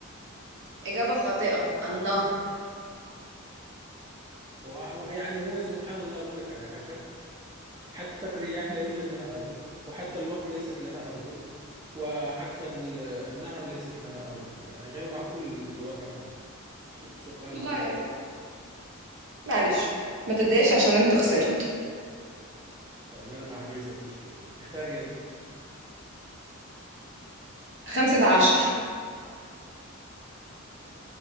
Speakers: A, on the right; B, on the right.
A: إجابة خاطئة النهر
B: ويعني هو سبحان الله أقول لك على حاجة حتى الرياح لا يوجد لها أرجل وحتى الوقت ليست لها أرجل وحتى ال- النهر ليست لها أرجل يعني غير معقول الجواب هذا س- السؤال
A: والله
B: هذا
A: معلش ما تتضايقش عشان انت خسرت
B: طيب أنا معك ليست مشكلة اختاري أنت
A: خمسة عشر